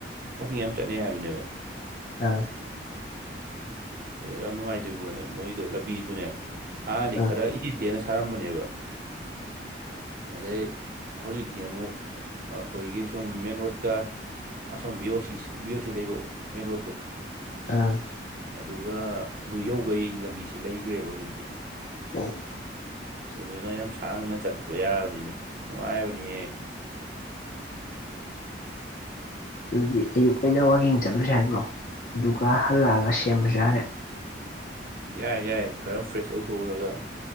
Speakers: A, on the right; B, on the left.
A: ꯋꯥꯋꯀꯤꯡ ꯌꯥꯝ ꯆꯠꯅꯩ ꯍꯥꯏꯕꯅꯦꯕ
B: ꯑꯥ
A: ꯑꯗ ꯌꯥꯝ ꯅꯨꯡꯉꯥꯏꯇꯣꯏꯔꯤꯕꯣꯅꯦ ꯃꯣꯏꯗꯣ ꯂꯝꯕꯤꯁꯨꯅꯦ ꯍꯥꯟꯅꯗꯤ
B: ꯑꯥ
A: ꯈꯔ ꯏꯗꯤꯇꯦꯅ ꯁꯥꯔꯝꯕꯅꯦꯕ ꯑꯗꯩ ꯍꯧꯖꯤꯛꯇꯤ ꯑꯃꯨꯛ ꯑꯩꯈꯣꯏꯒꯤ ꯁꯨꯝ ꯃꯦꯟ ꯔꯣꯗꯀ ꯑꯁꯣꯝ ꯕꯤ ꯑꯣ ꯁꯤ ꯕꯤ ꯑꯣ ꯁꯤ ꯂꯩꯕ ꯃꯦꯟ ꯔꯣꯗꯠꯇꯣ
B: ꯑꯝ
A: ꯑꯗꯨꯒ ꯑꯗꯨ ꯌꯧꯕꯩ ꯂꯝꯕꯤꯁꯦ ꯂꯩꯈ꯭ꯔꯦꯕ ꯍꯧꯖꯤꯛꯇꯤ
B: ꯑꯣꯝ
A: ꯑꯗꯨꯅ ꯌꯥꯝ ꯁꯥꯡꯅ ꯆꯠꯂꯗꯣ ꯌꯥꯕꯅꯤꯅꯦ ꯅꯨꯡꯉꯥꯏꯔꯕꯅꯤꯍꯦ
B: ꯑꯗꯨꯗꯤ ꯑꯌꯨꯛ ꯑꯩꯅ ꯋꯀꯤꯡ ꯆꯠꯂꯨꯁꯤ ꯍꯥꯏꯕ꯭ꯔꯣ ꯑꯗꯨꯒ ꯍꯜꯂꯛꯑꯒ ꯁꯦꯝꯕꯁꯨ ꯌꯥꯔꯦ
A: ꯌꯥꯏ ꯌꯥꯏ ꯈꯔ ꯐ꯭ꯔꯦꯁ ꯑꯣꯏꯊꯣꯛꯎꯔꯒ